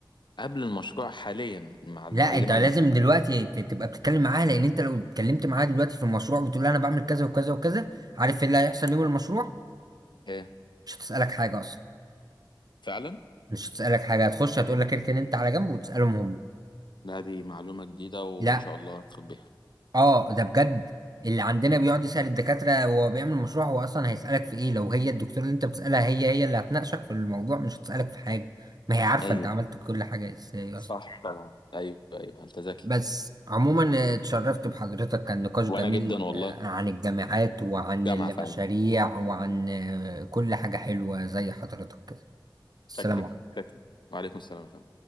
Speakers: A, on the left (about 70°); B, on the right (about 55°).
A: قبل المشروع حاليا مع المعلمة
B: لا انت لازم
A: المصرية
B: دلوقتي ت- تبقى بتتكلم معاها لان انت لو اتكلمت معاها دلوقتي في المشروع بتقول لها انا بعمل كذا وكذا وكذا عارف ايه اللي هيحصل يوم المشروع
A: إيه،
B: مش هتسألك حاجة اصلا
A: فعلا
B: مش هتسألك حاجة هتخش هتقول لك اركن انت على جنب وتسألهم هم
A: لا دي معلومة جديدة وإن
B: لا
A: شاء الله هتاخد بيها
B: اه ده بجد اللي عندنا بيقعد يسأل الدكاترة وهو بيعمل مشروع هو أصلا هيسألك في إيه لو هي الدكتور اللي أنت بتسألها هي هي اللي هتناقشك في الموضوع مش هتسألك في حاجة ما هي عارفة
A: أيوه
B: أنت عملت كل حاجة إزاي
A: صح
B: أصلا
A: طبعا أيوه أيوه أنت ذكي
B: بس عموما آه، اتشرفت بحضرتك كان نقاش
A: وأنا
B: جميل
A: جدا والله
B: آه، عن الجامعات وعن
A: جامعة
B: المشاريع
A: فعلا
B: وعن آه، كل حاجة حلوة زي حضرتك كده السلام
A: شكلك
B: عليكم
A: شكلك وعليكم السلام يا فندم